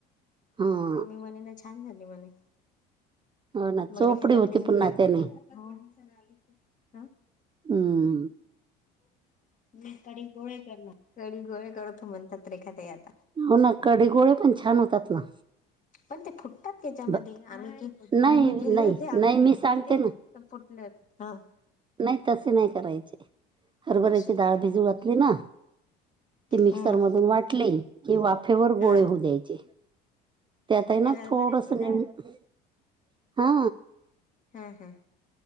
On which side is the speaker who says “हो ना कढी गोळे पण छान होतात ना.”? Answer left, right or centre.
Right